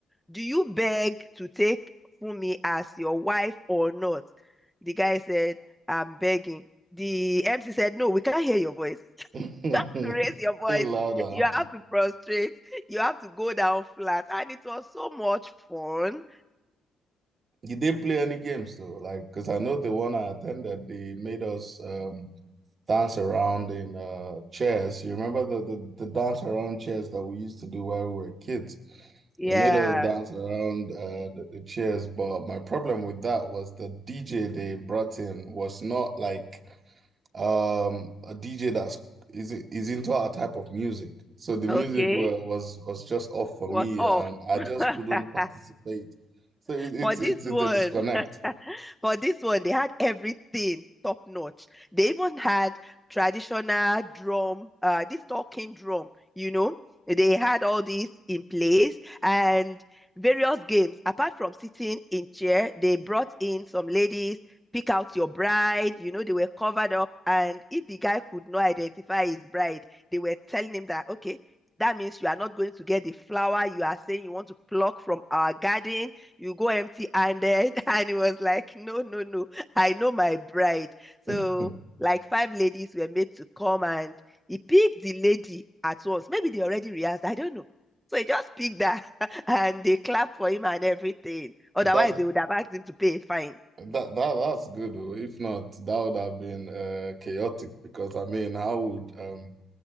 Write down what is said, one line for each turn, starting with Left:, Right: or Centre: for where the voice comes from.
Centre: do you beg to take Funmi as your wife or not? The guy said, I'm begging. The MC said, No, we can't hear your voice. <laughs>
Right: Yeah.
Centre: You have to
Right: <laughs>
Centre: raise your voice.
Right: Hey, louder.
Centre: You have to prostrate. You have to go down flat. And it was so much fun.
Right: Did they play any games though? Like, because I know the one I attended, they made us um dance around in uh chairs. You remember the, the the dance around chairs that we used to do while we were kids?
Centre: Yeah.
Right: They made us dance around uh the, the chairs, but my problem with that was the DJ they brought in was not like um a DJ that's is is into our type of music. So the
Centre: Okay.
Right: music was was, was just off for
Centre: Was
Right: me,
Centre: off.
Right: and I
Centre: <laughs>
Right: just couldn't participate. So it, it,
Centre: For this
Right: it's
Centre: one,
Right: it's a disconnect.
Centre: <laughs> for this one, they had everything top notch. They even had traditional drum, uh, this talking drum, you know. They had all these in place and various games. Apart from sitting in chair, they brought in some ladies, pick out your bride. You know, they were covered up. And if the guy could not identify his bride, they were telling him that, okay, that means you are not going to get the flower you are saying you want to pluck from our garden you go empty-handed. <laughs> And it was like, no, no, no, I know my bride. So
Right: <laughs>
Centre: like five ladies were made to come and he picked the lady at once. Maybe they already rehearsed, I don't know. So he just picked that <laughs> and they clapped for him and everything. Otherwise,
Right: That
Centre: they would have asked him to pay a fine.
Right: that that that's good. oh. If not, that would have been uh, chaotic because I mean, how would um